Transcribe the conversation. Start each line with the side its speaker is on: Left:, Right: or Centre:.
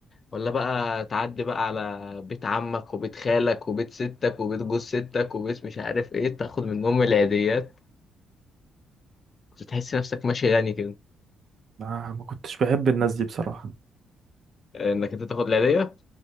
Left: ولا بقى تعدي بقى على بيت عمك وبيت خالك وبيت ستك وبيت جوز ستك وبيت مش عارف ايه تاخد منهم العيديات كنت تحس نفسك ماشي غني كده
Right: آه ما كنتش بحب الناس دي بصراحة
Left: انك انت تاخد العيديه